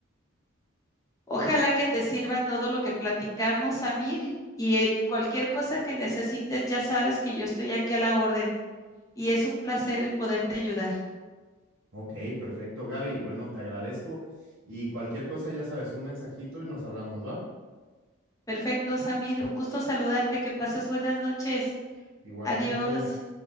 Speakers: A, on the left; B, on the right.
A: Ojalá que te sirva todo lo que platicamos, Amir, y en cualquier cosa que necesites, ya sabes que yo estoy aquí a la orden y es un placer el poderte ayudar.
B: Ok, perfecto, Gaby. Bueno, te agradezco y cualquier cosa, ya sabes, un mensajito y nos hablamos, ¿va?
A: Perfecto, Samir, un gusto saludarte, que pases buenas noches.
B: Igualmente.
A: Adiós.